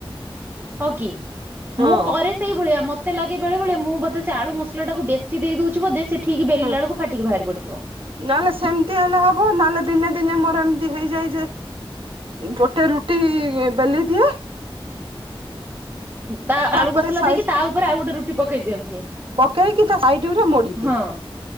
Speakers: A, on the right; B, on the right.
A: ହଁ କି
B: ହଁ
A: ମୁଁ କରେ। ସେଇ ଭଳିଆ ମତେ ଲାଗେ ବେଳେ ବେଳେ ମୁଁ ବୋଧେ ସେ ଆଳୁ ମସଲା ଟାକୁ ବେଶି ଦେଇ ଦଉଛି ବୋଧେ ସେ। ଠିକ ବେଲିଲା
B: ହଁ
A: ବେଳକୁ ଫାଟିକି ବାହାରି ପଡିଥିବ।
B: ନହେଲେ ସେମିତି ହେଲେ ହବ ନହେଲେ ଦିନେ ଦିନେ ମୋର ଏମିତି ହେଇଯାଏ ଯେ। ଗୋଟେ ରୁଟି ବେଲି ଦିଏ।
A: ତା ଆଳୁ
B: ଉପରେ
A: ମସଲା
B: ସାଇ
A: ଦେଇକି ତା ଉପରେ ଆଉ ଗୋଟେ ରୁଟି ପକେଇ ଦିଅନ୍ତି।
B: ପକେଇକି ତା ସାଇଟଗୁଡ଼ା ମୋଡ଼ିଦିଏ।
A: ହଁ